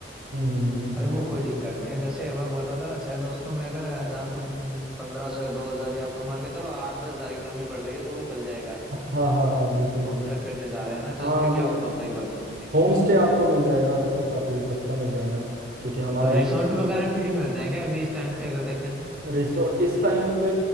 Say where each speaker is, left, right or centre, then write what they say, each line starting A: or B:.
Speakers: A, on the right; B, in the centre.
A: हम्म, हम्म।
B: अरे वो कोई दिक्कत नहीं है जैसे अब मैं बताता रहा छह दोस्तों में अगर हजार पंद्रह सौ या दो हजार या कम मान के चलो आठ दस हजार की कमी पड़ रही है तो वो भी चल जाएगा
A: हम्म। हाँ हाँ हाँ बिल्कुल
B: फिर घूमने फिरने जा रहे हैं ना
A: हाँ
B: तो इसमें
A: हाँ
B: क्या
A: बिल्कुल
B: कोताही बरतना भाई
A: होम स्टे आपको मिल जाएगा वैसे काफ़ी सस्ता मिल जाएगा क्योंकि हमारे
B: तो
A: यहाँ
B: रिसोर्ट वगैरह भी फ्री मिलते हैं क्या अभी इस टाइम पे अगर देखें तो
A: रिजॉर्ट इस टाइम पे